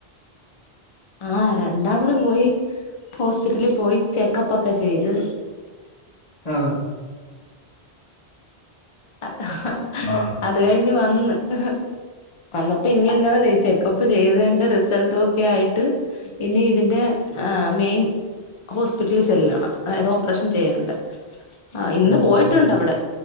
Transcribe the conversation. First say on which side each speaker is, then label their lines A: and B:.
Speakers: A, on the left; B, on the left.
A: ആഹ് രണ്ടാമത് പോയി ഹോസ്പിറ്റലിൽ പോയി ചെക്കപ്പൊക്കെ ചെയ്ത്
B: ആ
A: <unintelligible>
B: ആ.
A: അത് കഴിഞ്ഞ് വന്നപ്പോ ഇനി എന്താ ചെക്കപ്പ് ചെയ്തതിന്റെ റിസൾട്ട ഒക്കെ ആയിട്ട് ഇനി ഇതിന്റെ മെയിൻ ഹോസ്പിറ്റലിൽ ചെല്ലണം അതായത് ഓപ്പറേഷൻ ചെയ്യണ്ട ആഹ് ഇന്ന്
B: ഉം,
A: പോയിട്ട്